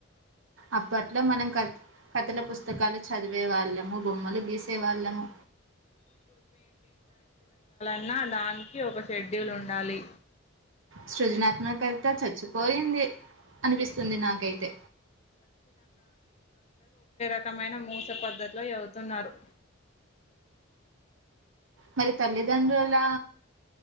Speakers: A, on the right; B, on the left.
A: అప్పట్లో మనం కత్ కథల పుస్తకాలు చదివే వాళ్ళము బొమ్మలు గీసే వాళ్ళము
B: ఇలా దానికి ఒక షెడ్యూల్ ఉండాలి
A: సృజనాత్మకత చచ్చిపోయింది అనిపిస్తు స్తుంది నాకైతే
B: ఒకరకమైన మూస పద్ధతిలో చదువు తున్నారు
A: మరి తల్లిదండ్రులా